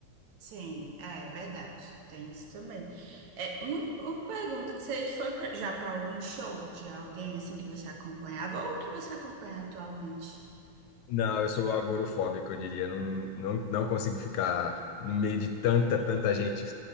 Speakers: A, on the right (about 65°); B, on the left (about 75°).
A: Sim, é verdade. Tem isso também. É, um, uma pergunta. Você foi pra- já para algum show de alguém assim que você acompanhava ou que você acompanha atualmente?
B: Não, eu sou agorofóbico, eu diria. Não, não, não consigo ficar no meio de tanta, tanta gente